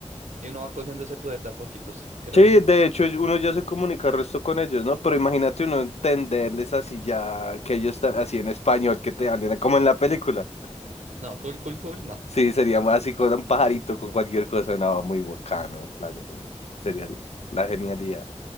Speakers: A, on the right; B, on the left.
A: Y uno va cogiendo ese poder de a poquitos, creo
B: Sí,
A: yo.
B: de hecho uno ya se comunica el resto con ellos, ¿no? Pero imagínate uno entenderles así ya que ellos están así en español, que te hablen como en la película.
A: No, full, full, full, no.
B: Sí, sería más así con un pajarito, con cualquier cosa, nada, muy bacano. la- sería la genialidad.